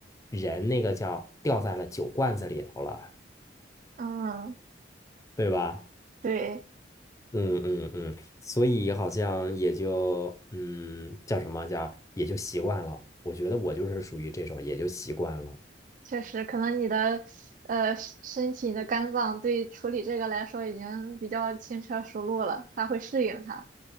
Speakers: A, on the left (about 20°); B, on the right (about 45°).
A: 人那个叫掉在了酒罐子里头了，
B: 嗯，
A: 对吧？
B: 对，
A: 嗯嗯嗯，所以好像也就嗯叫什么叫也就习惯了。我觉得我就是属于这种，也就习惯了。
B: 确实，可能你的呃身体、你的肝脏对处理这个来说已经比较轻车熟路了，它会适应它。